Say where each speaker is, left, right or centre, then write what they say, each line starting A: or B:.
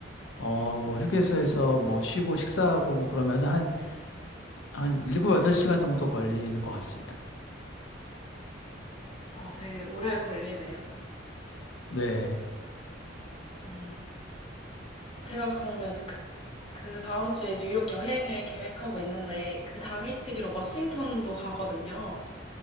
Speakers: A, on the left; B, on the left.
A: 어, 뭐 휴게소에서 뭐 쉬고 식사하고 뭐 그러면 한, 한 7, 8시간 정도 걸리는 것 같습니다.
B: 아, 되게 오래 걸리네요.
A: 네.
B: 음. 제가 그러면 그, 그 다음 주에 뉴욕 여행을 계획하고 있는데 그 당일치기로 워싱턴도 가거든요.